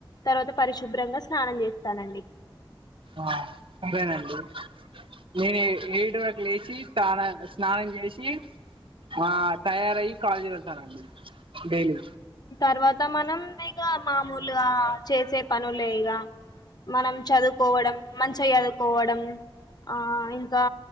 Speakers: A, on the left (about 50°); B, on the right (about 90°).
A: తర్వాత పరిశుభ్రంగా స్నానం చేస్తానండి
B: ఆ సరేనండి నేను ఏ ఏడిటి వరకు లేచి స్న స్నానం చేసి ఆ తయారయ్యి కాలేచి డైలీ
A: తర్వాత మనం ఇగ మామూలుగా చేసే పనులే ఇగ మనం చదువుకోవడం మంచిగా చదువుకోవడం ఆ ఇంకా